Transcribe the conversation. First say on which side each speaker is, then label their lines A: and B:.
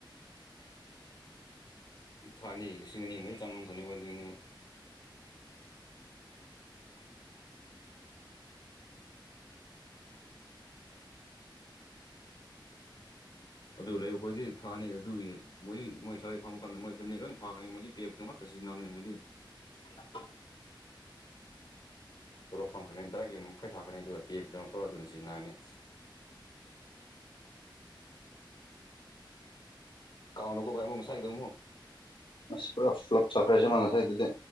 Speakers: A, on the left; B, on the left.
A: ꯊꯥꯅꯤ ꯂꯤꯁꯤꯡ ꯑꯅꯤ ꯃꯔꯤ ꯆꯪꯉꯝꯒꯅꯦꯕ ꯑꯗꯨꯅꯤ ꯑꯗꯨ ꯂꯩ ꯑꯩꯈꯣꯏꯗꯤ ꯊꯥꯅꯤ ꯑꯗꯨꯒꯤ ꯃꯣꯏꯗꯤ ꯃꯣꯏ ꯁꯔ ꯐꯪꯕ ꯃꯇꯝꯗ ꯃꯣꯏ ꯐꯦꯃꯤꯂꯤ ꯂꯣꯏꯅ ꯊꯥꯒ꯭ꯔꯅꯤ ꯃꯣꯏꯗꯤ ꯄꯦꯕꯗꯨ ꯉ ꯆꯦ ꯝꯕꯗꯤꯦ
B: <inaudible>
A: ꯇꯣꯂꯣꯞ ꯐꯪꯈ꯭ꯔꯅꯤ ꯇꯗꯥꯔꯥꯒꯤꯅ ꯃꯈꯩ ꯊꯥꯈ꯭ꯔꯅꯤ ꯑꯗꯨꯒ ꯄꯦꯛꯄꯗꯧꯅ ꯊꯣꯛꯂꯛꯑ ꯑꯗꯨꯅ ꯁꯤꯖꯤꯟꯅꯔꯅꯤ
B: <inaudible>
A: ꯀꯥꯎꯅꯒꯣ ꯏ ꯃꯁꯥꯏꯗ
B: ꯃꯁꯄꯔ ꯐ꯭ꯂꯞ ꯆꯈ꯭ꯔꯦꯁꯦ ꯃꯥꯥꯟꯁ ꯍꯥꯏꯗꯗ